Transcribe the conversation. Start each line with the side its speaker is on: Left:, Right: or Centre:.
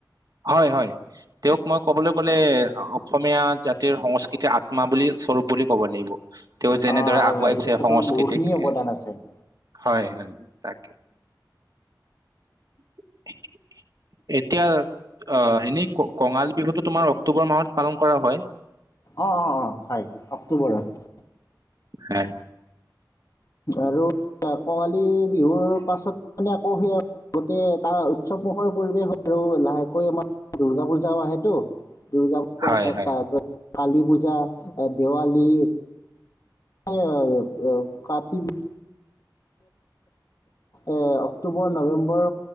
Right: হয় হয় তেওঁক মই ক'বলৈ গলে অসমীয়া জাতিৰ সংস্কৃতিৰ আত্মা বুলি স্বৰূপ বুলি ক'ব লাগিব তেওঁ যেনেদৰে
Left: অ, হয়
Right: আগুৱাই
Left: হয়
Right: গৈছে
Left: তেখেতৰ
Right: সংস্কৃতিক
Left: বহুখিনি অৱদান
Right: এ
Left: আছে ।
Right: হয়, হয় । তাকে । এ
Left: অ, অ, অ, হয় অক্টোবৰত ।
Right: হে
Left: আৰু কঙালী বিহুৰ পাছত মানে আকৌ সেই গোটেই এটা উৎসৱমুখৰ পৰিৱেশ হয় আৰু লাহেকৈ আমাৰ দূৰ্গা পূজাও আহেতো । দূৰ্গা পূজা
Right: হয়,
Left: তাৰ আগত
Right: হয়,
Left: । কালী পূজা, এ দেৱালী অ, অ, কাতি বি অ অক্টোবৰ, নৱেম্বৰ